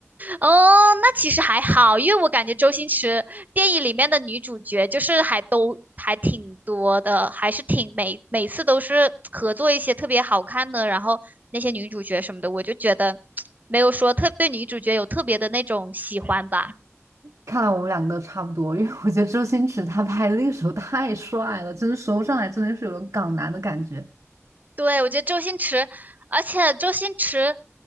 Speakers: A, on the right; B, on the right.
A: 哦，那其实还好，因为我感觉周星驰电影里面的女主角就是还都还挺多的，还是挺每每次都是合作一些特别好看的，然后那些女主角什么的，我就觉得没有说特对女主角有特别的那种喜欢吧。
B: 看来我们两个都差不多，因为我觉得周星驰他拍的那个时候太帅了，真的说不上来，真的是有种港男的感觉。
A: 对，我觉得周星驰，而且周星驰，